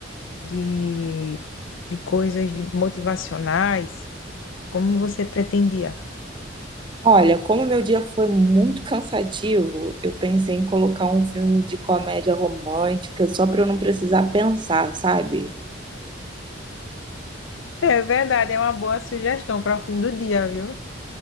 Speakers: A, on the left; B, on the right.
A: de, de coisas de motivacionais? Como você pretendia?
B: Olha, como meu dia foi muito cansativo, eu pensei em colocar um filme de comédia romântica só para eu não precisar pensar, sabe?
A: É verdade, é uma boa sugestão para o fim do dia, viu?